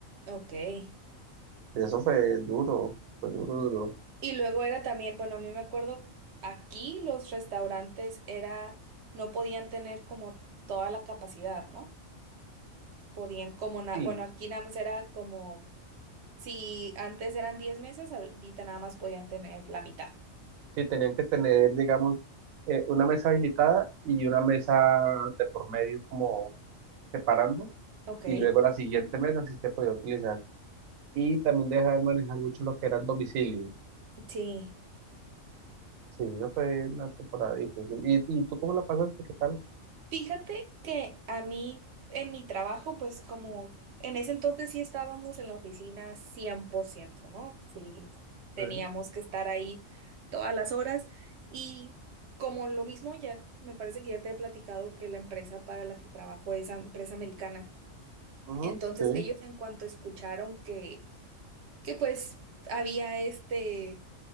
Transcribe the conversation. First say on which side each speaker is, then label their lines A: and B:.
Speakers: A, on the right (about 65°); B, on the right (about 80°).
A: Ok. Y
B: Eso fue duro, fue duro, duro.
A: luego era también, bueno, a mí me acuerdo, aquí los restaurantes era, no podían tener como toda la capacidad, ¿no? Podían como, na-
B: Sí,
A: bueno, aquí nada más era como, si antes eran 10 mesas, ahorita nada más podían tener la mitad.
B: sí, tenían que tener, digamos, eh, una mesa habilitada
A: Ah, bueno.
B: y una mesa de por medio como separando
A: Ok,
B: y luego la siguiente mesa sí se podía utilizar. Y también dejaban manejar mucho lo que eran domicilios.
A: sí.
B: Sí, eso fue una temporada difícil. ¿Y, y tú cómo la pasaste? ¿Qué tal?
A: Fíjate que a mí, en mi trabajo, pues como en ese entonces sí estábamos en la oficina 100%, ¿no? Sí, teníamos
B: Sí,
A: que estar ahí todas las horas y como lo mismo ya, me parece que ya te he platicado que la empresa para la que trabajo es am- empresa americana.
B: ujú,
A: Entonces
B: sí,
A: ellos en cuanto escucharon que, que pues había este